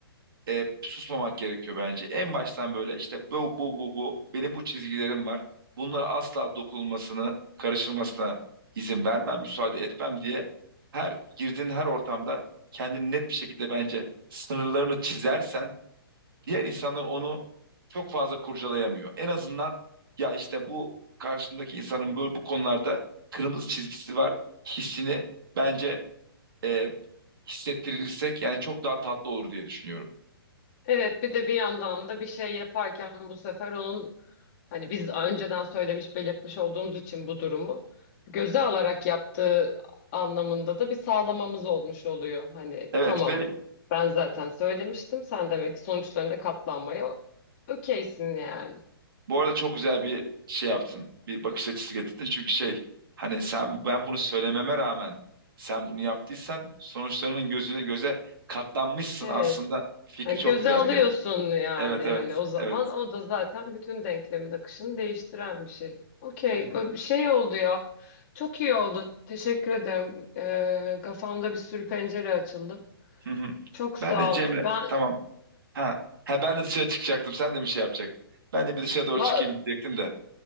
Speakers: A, on the right; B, on the left.
A: e, susmamak gerekiyor bence. En baştan böyle işte bu bu bu bu benim bu çizgilerim var. Bunlara asla dokunulmasını, karışılmasına izin vermem, müsaade etmem diye her girdiğin her ortamda kendini net bir şekilde bence sınırlarını çizersen diğer insanlar onu çok fazla kurcalayamıyor. En azından ya işte bu karşındaki insanın böyle bu konularda kırmızı çizgisi var hissini bence e, hissettirirsek yani çok daha tatlı olur diye düşünüyorum.
B: Evet, bir de bir yandan da bir şey yaparken bu sefer onun hani biz önceden söylemiş belirtmiş olduğumuz için bu durumu göze alarak yaptığı anlamında da bir sağlamamız olmuş oluyor. Hani
A: Evet
B: tamam
A: ve
B: ben zaten söylemiştim sen demek ki sonuçlarına katlanmaya okeysin yani.
A: Bu arada çok güzel bir şey yaptın. Bir bakış açısı getirdin. Çünkü şey hani sen ben bunu söylememe rağmen sen bunu yaptıysan sonuçlarının gözüne göze katlanmışsın
B: Evet.
A: aslında. Fikri
B: Yani
A: çok
B: göze
A: güzeldi
B: alıyorsun
A: gerçekten.
B: yani
A: Evet evet
B: hani o zaman
A: evet.
B: o da zaten bütün denklemin akışını değiştiren bir şey. Okey,
A: Hı hı,
B: bu bir şey oldu ya. Çok iyi oldu. Teşekkür ederim. Ee, kafamda bir sürü pencere açıldı.
A: hı hı.
B: Çok sağ
A: Ben de Cemre
B: ol. Ben
A: tamam. Ha, ha ben de dışarı çıkacaktım. Sen de bir şey yapacaktın. Ben de bir dışarı doğru
B: va-
A: çıkayım diyecektim de.